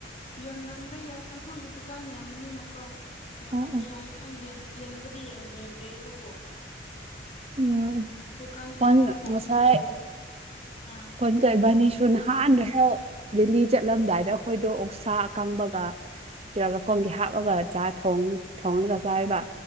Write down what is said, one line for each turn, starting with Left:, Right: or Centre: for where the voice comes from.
Left: ꯌꯣꯟ ꯔꯝꯕꯩ ꯌꯥꯏ ꯇꯥꯡꯈꯨꯜꯒꯤ ꯗꯨꯀꯥꯟ ꯌꯥꯝꯕꯅꯤꯅꯀꯣ ꯌꯣꯜ
Right: ꯎꯝ
Left: ꯂꯝꯕ ꯌꯥꯏ ꯑꯩ ꯌꯦꯡ ꯌꯦꯡꯕꯗꯤ ꯌꯦꯡꯕꯤꯗ꯭ꯔꯤ ꯑꯗꯨꯕꯨ
Right: ꯎꯝ
Left: ꯗꯨꯀꯥꯟ
Right: ꯐꯟ
Left: ꯑꯌꯥꯝꯕ ꯐꯝꯕꯁꯦ
Right: ꯉꯁꯥꯏ
Left: ꯑꯗꯨ ꯑꯥ
Right: ꯍꯣꯟ ꯀꯕꯅꯤꯁꯨ ꯅꯍꯥꯟꯗ꯭ꯔ ꯗꯦꯜꯂꯤ ꯆꯠꯂꯝꯗꯥꯏꯗ ꯑꯩꯈꯣꯏꯗꯣ ꯑꯣꯛꯁꯥ ꯑꯀꯪꯕꯒ ꯐꯤꯔꯥ ꯂꯀꯣꯡꯒꯤ ꯍꯥꯞꯄꯒ ꯆꯥ ꯊꯣꯡꯉꯒ ꯆꯥꯏꯕ